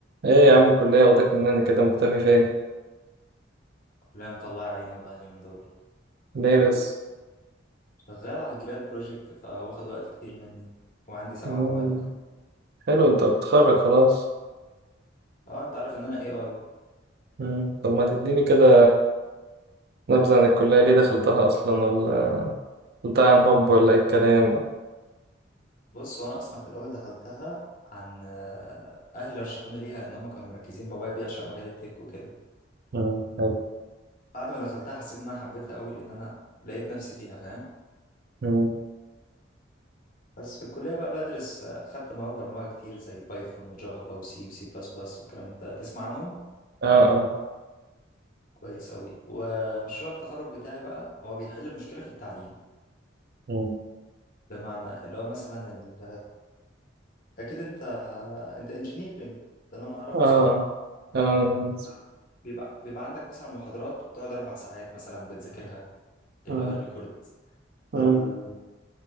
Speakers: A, on the right; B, on the left.
A: ايه يا عم الكلية واخدك مننا كده مختفي فين؟
B: لا مطلع عيني والله اليومين دول
A: ليه بس؟
B: شغال على الجراد بروجكت فواخد وقت كتير مني وعندي سبع
A: مم.
B: مواد وكده
A: حلو انت بتتخرج خلاص
B: اه انت عارف ان انا اي اي
A: مم. طب ما تديني كده نبذة عن الكلية ليه دخلتها أصلا ولا دخلتها عن حب ولا ايه الكلام؟
B: بص هو انا اصلا في الاول دخلتها عن آه، اهلي رشحوني ليها ان هم كانوا مركزين بابايا بيعشق مجال التك وكده
A: مم. حلو
B: بعد ما دخلتها حسيت ان انا حبيتها قوي لان انا لقيت نفسي فيها فاهم
A: مم.
B: بس في الكليه بقى بدرس آه، خدت مواد برمجه كتير زي بايثون وجافا وسي وسي بلس بلس والكلام ده تسمع عنهم
A: اه اه
B: كويس قوي ومشروع التخرج بتاعي بقى هو بيحل مشكله في التعليم
A: مم.
B: بمعنى اللي هو مثلا ال... اكيد انت انت انجينيرنج ده اللي انا اعرفه
A: اه اه
B: صح
A: آه، أنا مناسب.
B: آه. بيبقى بيبقى عندك مثلا محاضرات بتقعد اربع ساعات مثلا بتذاكرها اللي
A: مم.
B: هو الريكورد فالمشروع
A: مم.